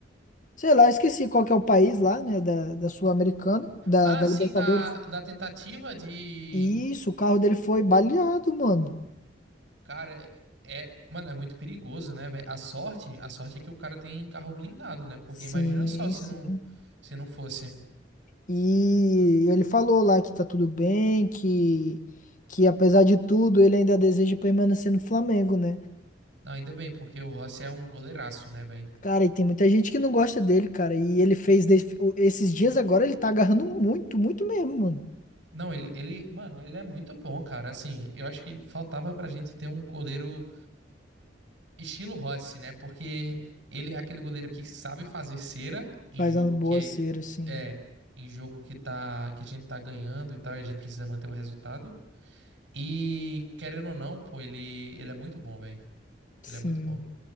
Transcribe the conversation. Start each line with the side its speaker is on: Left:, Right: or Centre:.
Left: Sei lá, esqueci qual que é o país lá, né? Da, da Sul-Americana, da,
Right: Ah,
Left: da
Right: sim,
Left: Libertadores.
Right: da, da tentativa de.
Left: Isso, o carro dele foi baleado, mano.
Right: Cara, é. Mano, é muito perigoso, né, velho? A sorte, a sorte é que o cara tem carro blindado, né? Porque
Left: Sim,
Right: imagina só se
Left: sim.
Right: não, se não fosse.
Left: E ele falou lá que tá tudo bem, que, que apesar de tudo, ele ainda deseja permanecer no Flamengo, né?
Right: Não, ainda bem, porque o Rossi é um goleiraço, né, velho?
Left: Cara, e tem muita gente que não gosta dele, cara. E ele fez desse- o- esses dias agora, ele tá agarrando muito, muito mesmo, mano.
Right: Não, ele, ele, mano, ele é muito bom, cara. Assim, eu acho que faltava pra gente ter um goleiro estilo Rossi, né? Porque ele é aquele goleiro que sabe fazer cera em
Left: Faz
Right: jogo
Left: uma boa
Right: que
Left: cera, assim.
Right: é, é em jogo que tá, que a gente tá ganhando e tal, e a gente precisa manter o resultado. E querendo ou não, pô, ele, ele é muito bom, velho.
Left: Sim,
Right: Ele é muito bom.